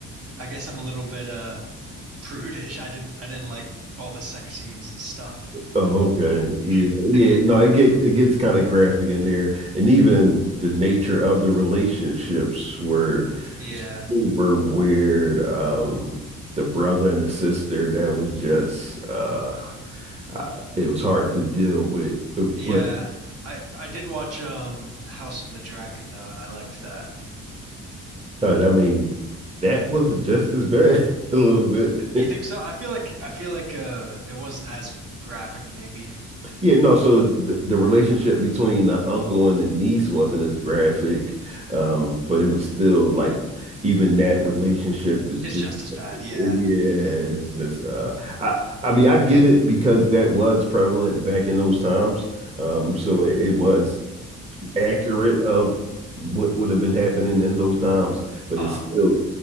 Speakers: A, on the right; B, on the right.
A: I guess I'm a little bit uh prudish. I didn't I didn't like all the sex scenes and stuff.
B: Oh, okay. Yeah,
A: <laughs>
B: yeah. No, it get it gets kind of graphic in there, and even the nature of the relationships were
A: Yeah.
B: super weird. Um, the brother and the sister that was just uh uh, it was hard to deal with.
A: Yeah.
B: But
A: I I did watch um House of the Dragon though, and I liked that.
B: uh, I mean, that was just as bad <laughs> a little bit. <laughs>
A: You think so? I feel like I feel like uh it wasn't as graphic maybe.
B: Yeah, no. So the, the relationship between the uncle and the niece wasn't as graphic, um, but it was still like even that relationship is
A: It's
B: just
A: just as bad. Yeah.
B: yeah, it's just uh, I I mean I get it because that was prevalent back in those times. Um, so it, it was accurate of what would have been happening in those times, but
A: Uh
B: it still